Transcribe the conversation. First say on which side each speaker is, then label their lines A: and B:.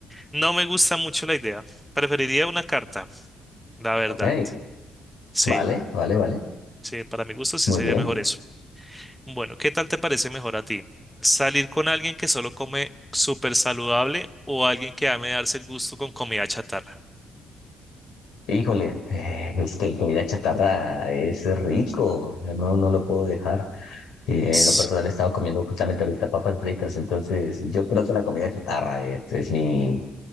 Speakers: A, in the centre; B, on the left.
A: No me gusta mucho la idea. Preferiría una carta, la verdad.
B: Ok,
A: Sí,
B: vale, vale, vale.
A: sí, para mi gusto sí
B: Muy
A: sería
B: bien.
A: mejor eso. Bueno, ¿qué tal te parece mejor a ti? ¿Salir con alguien que solo come súper saludable o alguien que ame darse el gusto con comida chatarra?
B: Híjole, eh, es que la comida chatarra es rico, no, no lo puedo dejar. Eh,
A: S-
B: en lo personal he estado comiendo justamente ahorita papas fritas, entonces yo creo que la comida chatarra es, es mi,